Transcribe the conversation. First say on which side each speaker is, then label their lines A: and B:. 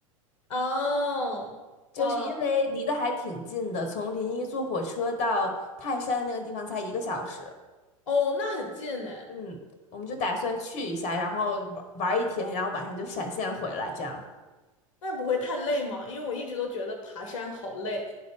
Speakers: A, on the left; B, on the left.
A: 哦，
B: 就是因为离得还挺近的，
A: 哇
B: 从临沂坐火车到泰山的那个地方才一个小时。
A: 哦，那很近呢，
B: 嗯，我们就打算去一下，然后玩玩一天，然后晚上就闪现回来，这样。
A: 那不会太累吗？因为我一直都觉得爬山好累。